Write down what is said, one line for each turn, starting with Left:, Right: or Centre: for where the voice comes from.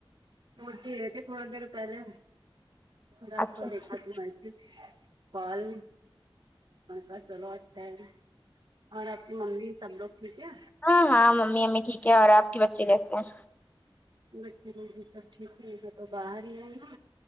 Right: توٹتی رہتی تھوڑا دیر پہلے پھر آپ
Left: اچھا
Right: کو
Left: اچھا
Right: دیکھا تھا وس کال کا چلو اچھا ہے اور آپ کی ممی سب لوگ ٹھیک ہے
Left: ہاں ہاں ممی امی ٹھیک ہے اور آپ کے بچے کیسے ہیں
Right: بچے لوگ بھی سب ٹھیک ہے میں تو باہر ہی آئی نا